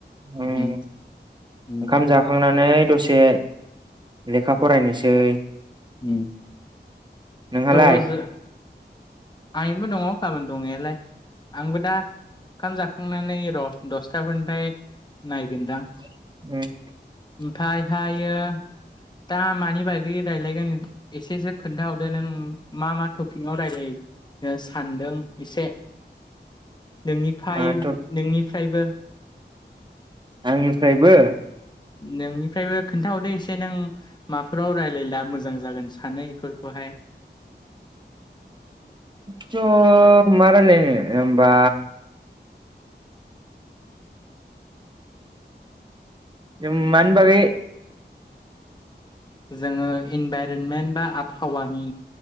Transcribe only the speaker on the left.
उमहो
उम
उम
त' जो आंनिबो दङ गाबोन दंनायालाय आंबो दा ओंखाम जाखांनानै र' दसथाफोरनिफाय नायगोनदां
ओमफायहायो दा मानि बागै रायलायगोन एसेसो खोन्थाहरदो नों मा मा टपिकआव रायलायो ओ सानदों इसे नोंनिफाय
नोंनि फायबो
नोंनिफ्रायबो खोन्थाहरदो इसे नों माफोराव रायलायला मोजां जागोन सानो एफोरखौहाय हाय
जोङो इनभाइरनमेन्ट बा आबहावानि